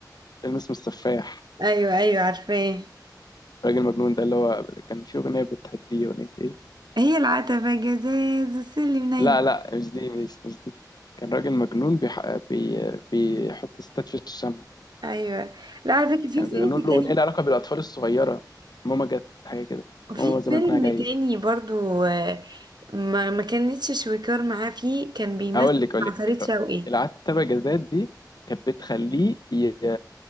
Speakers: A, on the left; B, on the right.
A: فيلم اسمه السفاح
B: ايوه ايوه عارفاه
A: راجل مجنون ده اللي هو كان في أغنية بتهديه أغنية إيه؟
B: هي العتبة جزاز والسلم نيل
A: لا لا مش دي مش, مش دي كان راجل مجنون بيح... بي... بيحط ستات في الشمع
B: ايوه لا على فكرة في
A: كان
B: فيلم
A: بيغنوا له
B: تاني
A: أغنية لها علاقة بالأطفال الصغيرة ماما جت حاجة كده
B: في
A: ماما زمانها
B: فيلم
A: جاية
B: تاني برضو آه، ما ما كانتش شويكار معاه فيه كان بيمثل
A: أقول لك أقول
B: مع
A: لك
B: فريد شوقي
A: العتبة جزات دي كانت بتخليه ي...